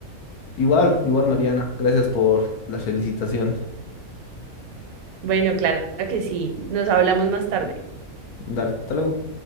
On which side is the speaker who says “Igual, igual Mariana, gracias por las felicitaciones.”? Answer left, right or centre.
Left